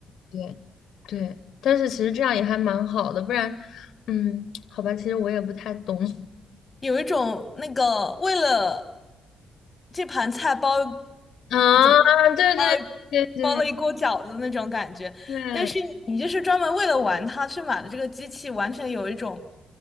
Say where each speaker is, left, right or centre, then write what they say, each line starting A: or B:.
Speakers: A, on the left; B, on the left.
A: 对对，但是其实这样也还蛮好的，不然，嗯，好吧，其实我也不太懂 <laughs>
B: 有一种那个为了这盘菜包。
A: 啊，
B: 怎么？
A: 对对对对
B: 包了包了一锅饺子的那种感觉。
A: 对。
B: 但是你就是专门为了玩它去买的这个机器，完全有一种